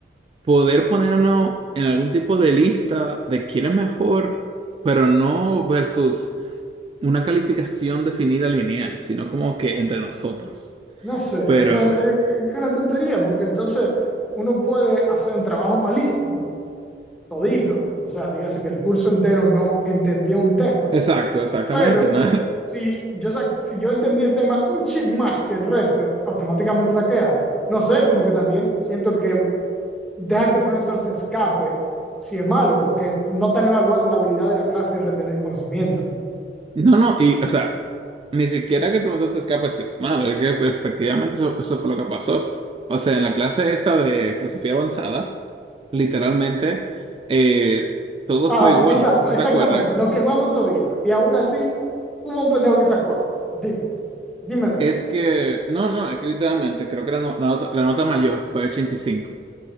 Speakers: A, on the right; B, in the centre.
A: poder ponernos en algún tipo de lista de quién es mejor, pero no versus... una calificación definida lineal, sino como que entre nosotros.
B: No sé,
A: Pero,
B: o sea, es es una tontería, porque entonces uno puede hacer un trabajo malísimo todito, o sea, dígase que el curso entero no entendió un tema,
A: exacto, exactamente.
B: pero
A: una- <laughs>
B: si yo, sa- si yo entendí el tema un chin más que el resto, automáticamente saqué A. No sé, como que también siento que deja que el profesor se escape si es malo, porque no están evaluando la habilidad de la clase de retener conocimiento.
A: No, no, y, o sea, ni siquiera que el profesor se escape si es malo, es que pues, efectivamente eso, eso fue lo que pasó. O sea, en la clase esta de filosofía avanzada, literalmente, eh, todo
B: Ajá,
A: fue igual,
B: exacto,
A: no sé si tú
B: exactamente,
A: te acuerdas.
B: nos quemamos todito. Y aún así, hubo un pendejo que sacó A. Dime, dime de eso.
A: Es que, no, no, es que literalmente creo que la, no- la nota, la nota mayor fue ochenta y cinco